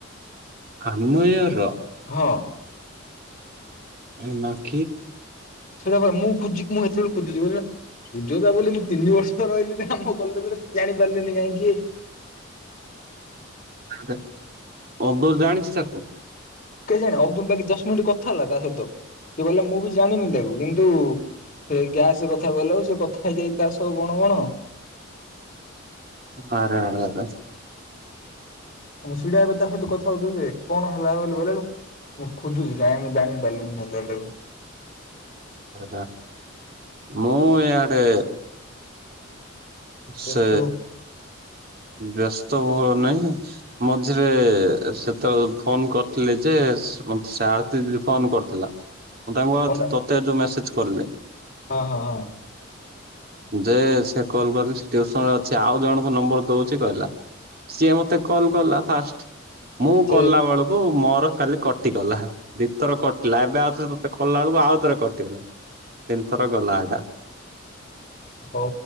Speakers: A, on the right (about 45°); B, on the left (about 40°).
A: ଆମ ଇୟରର।
B: ହଁ
A: ହ <inaudible>
B: ସେଟା ପରା ମୁଁ ଖୁଜି ମୁଁ ହେତେବେଳୁ ଖୁଜୁଚି କହିଲି ହେଟା ସୁଜାତା ବୋଲି ମୁଁ ତିନି ବର୍ଷ ରହିଲି ଆମ କଲେଜରେ ଜାଣିପାରିଲିନି କାଇଁ କିଏ।
A: <inaudible> ଅବଦୁଲ ଜାଣିଚି ତାକୁ।
B: କେଜାଣୀ ଅବଦୁଲ ବାକି ଦଶମିନିଟ କଥା ହେଲା ତା ସହିତ ସେ କହିଲା ମୁଁ ବି ଜାଣିନି ତାକୁ କିନ୍ତୁ ହେ ଗ୍ୟାସ କଥା କହିଲା ଆଳକୁ ସେ କଥା ହେଇଯାଇଚି ତା ସହ କଣ କଣ।
A: ଆରେ ଆରେ ଆରେ।
B: ହଁ ସେଇଟା ଏବେ ତା ସହିତ କଥା ହେଉଥିଲି ଯେ। କଣ ହେଲା ବୋଲି ବୋଇଲାଳକୁ ମୁଁ ଖୁଜୁଚି କାଇଁ ମୁଁ ଜାଣି ପାରିଲିନି <inaudible>
A: ଏ ରା ମୁଁ ଇଆଡେ ସେ
B: ବ୍ୟସ୍ତ
A: ବ୍ୟସ୍ତ ଭୋଳ ନାହିଁ। ମଝିରେ ସେତେବେଳେ ଫୋନ କରିଥିଲେ ଯେ ମତେ ସେ ଆରତି ଦିଦି ଫୋନ କର ଥିଲା ମୁଁ ତାଙ୍କୁ ଆଉ
B: ପଣ୍ଡା
A: ତତେ ଯୋଉ ମେସେଜ କରିଲି।
B: ହଁ ହଁ ହଁ।
A: ଯେ ସେ କଲ କରିଲ ଟିୟୁସନରେ ଅଛି ଆଉ ଜଣଙ୍କ ନମ୍ବର ଦଉଛି କହିଲା। ସିଏ ମତେ କଲ୍ କଲା ଫାଷ୍ଟ। ମୁଁ
B: ସେ
A: କଲା ବେଳକୁ ମୋର ଖାଲି କଟିଗଲା ଦିଇଥର କଟିଲା। ଏବେ ଆଉ ତତେ କଲା ବେଳକୁ ଆଉଥରେ କଟିଗଲା। ତିନିଥର ଗଲା ଏଟା।
B: ହଉ